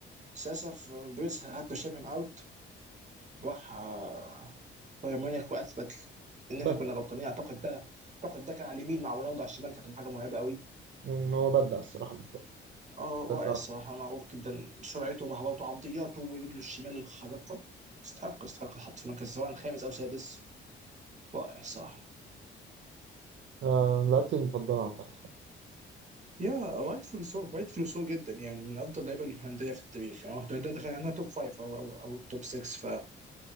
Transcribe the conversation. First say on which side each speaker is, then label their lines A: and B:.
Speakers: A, on the right; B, on the right.
A: بس للاسف بريز هاد تو شيب هيم اوت راح آه، بايرن ميونخ واثبت ان
B: بدع
A: احنا كنا غلطانين اعتقد ده اعتقد ده كان على اليمين مع رونالدو على الشمال كانت حاجه مرعبه قوي
B: يعني هو بدع الصراحة
A: اه
B: بدع
A: رائع الصراحه معروف جدا سرعته ومهاراته وعرضياته ورجله الشمال الخارقه يستحق يستحق الحط في مركز سواء خامس او سادس رائع الصراحه
B: آه لعبتي المفضلة عامة
A: يا رايتفولي سو رايتفولي سو جدا يعني من افضل اللعيبه الهولنديه في التاريخ يعني ده ده دخل عنها توب فايف او او, أو توب 6 ف